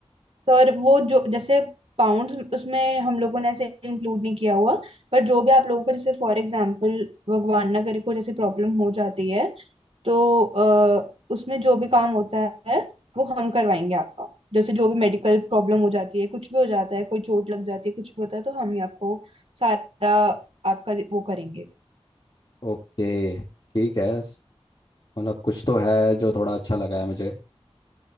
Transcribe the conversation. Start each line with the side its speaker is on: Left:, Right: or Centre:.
Right: और वो जो जैसे पाउंड्स उसमें हम लोगों ने ऐसे इंक्लूड नहीं किया हुआ पर जो भी आप लोगों का जैसे फॉर एग्जांपल भगवान ना करे कोई जैसे प्रॉब्लम हो जाती है तो अ, उसमें जो भी काम होता है वो हम करवाएंगे आपका जैसे जो भी मेडिकल प्रॉब्लम हो जाती है कुछ भी हो जाता है कोई चोट लग जाती है कुछ भी होता है तो हम ही आपको सारा आपका वो करेंगे
Left: ओके ठीक है मतलब कुछ तो है जो थोड़ा अच्छा लगा है मुझे